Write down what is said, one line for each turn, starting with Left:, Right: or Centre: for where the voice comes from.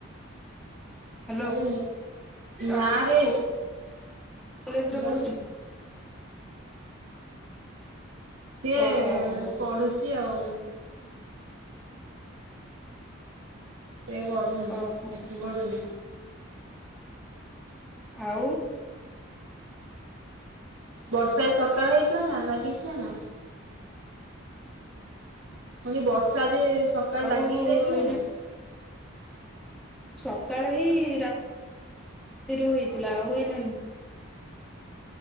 Centre: ହ୍ୟାଲୋ
Right: ଆବେ ନା
Centre: ଆଉ
Right: ରେ
Centre: କଉ କଲେଜରେ
Right: ଗୁଡା
Centre: ପଢ଼ୁଛନ୍ତି?
Right: ସିଏ
Centre: ଓହୋ ହୋ ହୋ
Right: ପଢୁଛି ଆଉ। ସେ ପଢୁନ
Centre: ଓହୋ
Right: ଏଠି ବଢୁନ।
Centre: ଆଉ।
Right: ବର୍ଷା ଏ ସକାଳ ହେଇଥିଲା ନା ଲାଗିଥିଲା ନା? ମ ବର୍ଷା ଯେ ସକାଳେ
Centre: ଆଉ
Right: ଲାଗିଇ ଯାଇଥିଲା
Centre: ଏଇନା
Right: ନା?
Centre: ସକାଳେ ହିଁ ରା ତିେରୁ ହୋଇଇଥିଲଥିଲା ଓହ ନ।